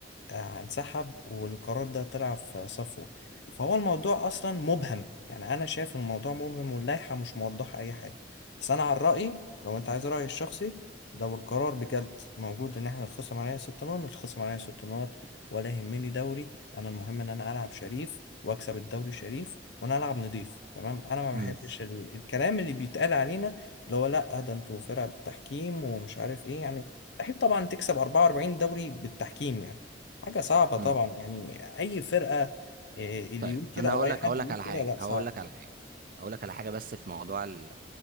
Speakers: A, on the left (about 70°); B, on the right (about 50°).
A: آه، انسحب والقرار ده طلع في صفه فهو الموضوع اصلا مبهم يعني انا شايف ان الموضوع مبهم واللائحه مش موضحه اي حاجه بس انا عن رايي لو انت عايز رايي الشخصي لو القرار بجد موجود ان احنا نتخصم علينا ست نقط نتخصم علينا ست نقط ولا يهمني دوري انا المهم ان انا العب شريف واكسب الدوري شريف وانا العب نضيف تمام انا ما بحبش
B: امم
A: ال... الكلام اللي بيتقال علينا اللي هو لا ده انتوا فرقه بالتحكيم ومش عارف ايه يعني مستحيل طبعا تكسب 44 دوري بالتحكيم يعني حاجة صعبة طبعا
B: امم
A: يعني أي فرقة إيه، اللي
B: طيب
A: يقول كده
B: انا
A: أو
B: هقول
A: أي
B: لك
A: حد
B: هقول
A: يقول
B: لك على
A: كده
B: حاجه
A: لا صعب
B: هقول لك على حاجه هقول لك على حاجه بس في موضوع ال...